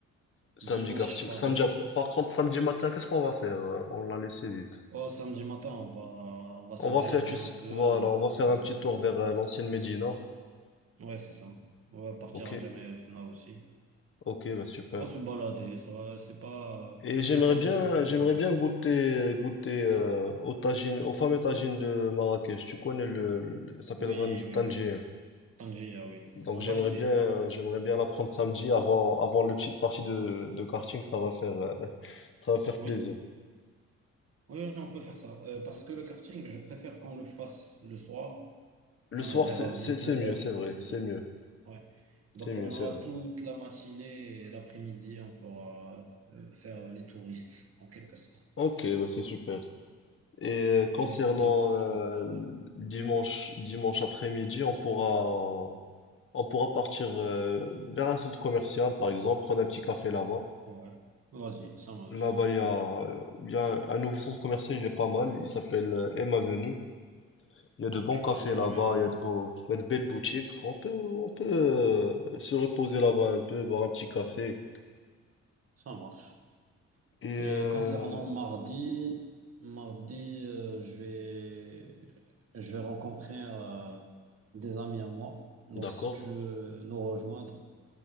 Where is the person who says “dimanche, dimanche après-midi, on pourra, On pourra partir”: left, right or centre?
Left